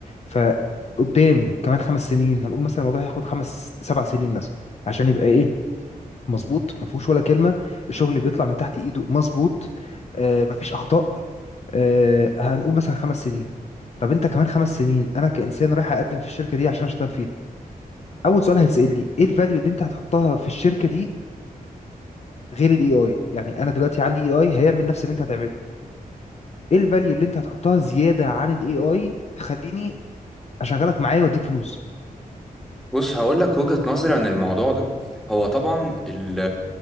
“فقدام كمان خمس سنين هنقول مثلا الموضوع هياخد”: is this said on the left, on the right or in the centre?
Left